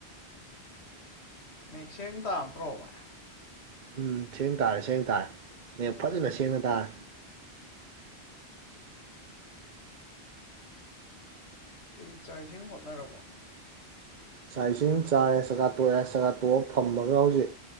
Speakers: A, on the left; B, on the right.
A: ꯃꯌꯦꯛ ꯁꯦꯡ ꯇꯥꯗꯔꯣ ꯚꯥꯏ
B: ꯎꯝ ꯁꯦꯡꯅ ꯇꯥꯔꯦ ꯁꯦꯡꯅ ꯇꯥꯔꯦ ꯃꯌꯦꯛ ꯐꯖꯅ ꯁꯦꯡꯅ ꯇꯥꯔꯦ
A: ꯀꯩ ꯆꯥꯛ ꯏꯁꯤꯡ ꯍꯣꯠꯅꯔꯕꯣ
B: ꯁꯥꯏꯁꯤꯡ ꯆꯥꯔꯦ ꯆꯀꯥ ꯇꯣꯛꯑꯦ ꯆꯒꯥꯥ ꯇꯣꯛꯑꯒ ꯐꯝꯃꯒ ꯍꯧꯖꯤꯛ